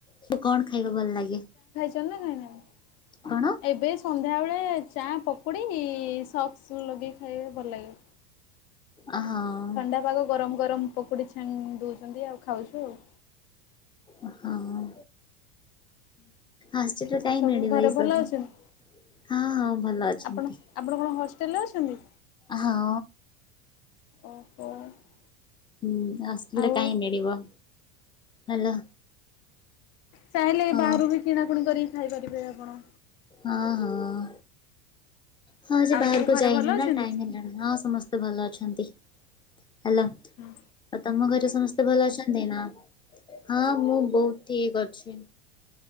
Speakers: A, on the left (about 15°); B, on the left (about 55°).
A: ତୁ କଣ ଖାଇବା ଭଲ ଲାଗେ।
B: ଚନ୍ଦ ଖାଇ ନଁ <unintelligible>
A: କଣ?
B: ଏବେ ସନ୍ଧ୍ୟାବେଳେ ଚା ପକୁଡ଼ି ସକ୍ସ ଲଗେଇି ଖାଇଲେ ଭଲ ଲାଗିବ।
A: ଆ ହଁ।
B: ଥଣ୍ଡା ପାଗ ଗରମ ଗରମ ପକୁଡ଼ି ଛାଣିକି ଦଉଛନ୍ତି ଆଉ ଖାଉଛୁ ଆଉ।
A: ଅ ହଁ। ଆସିଲେ ଯାଇଁ
B: ଆଉ ସବୁ
A: ମିଳିବ
B: ଘରେ
A: ଏଇ ସବୁ
B: ଭଲ ଅଛନ୍ତି?
A: ହଁ ହଁ ଭଲ ଅଛନ୍ତି।
B: ଆପଣ ଆପଣ କଣ ହଷ୍ଟେଲ୍ ରେ ଅଛନ୍ତି।
A: ହଁ।
B: <inaudible>
A: ହୁଁ ଆସଲେ
B: ଆଉ
A: କାଇଁ ମିଳିବ ହଲୋ
B: ଚାହେଲେ
A: ହଁ
B: ବାହାରୁ ବି କିଣାକୁଣି କରିକି ଖାଇପାରିବେ ଆପଣ।
A: ହଁ ହଁ। ହଁ ସେ
B: ଆଉ
A: ବାହାରକୁ
B: ସବୁ ଘରେ
A: ଯାଇନୁ
B: ଭଲ ଅଛନ୍ତି?
A: ନା ଟାଇମ ହେଲାନି ହଁ ସମସ୍ତେ ଭଲ ଅଛନ୍ତି। ହ୍ୟାଲୋ
B: ହୁଁ
A: ଆଉ ତମ ଘରେ ସମସ୍ତେ ଭଲ ଅଛନ୍ତି ନା। ହଁ ମୁଁ ବୋହୁତ୍ ଠିକ୍ ଅଛି।